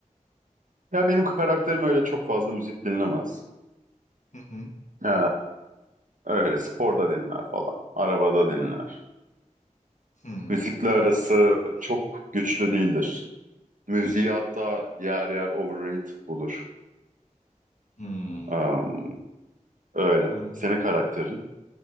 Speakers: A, on the right; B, on the left.
A: Ya benim karakterim öyle çok fazla müzik dinlemez.
B: Hı hı.
A: Ee, Öyle sporda dinler falan. Arabada dinler.
B: Hmm.
A: Müzikle arası çok güçlü değildir. Müziği hatta yer yer overrated bulur.
B: Hmm.
A: Am, öyle.
B: Anladım.
A: Senin karakterin?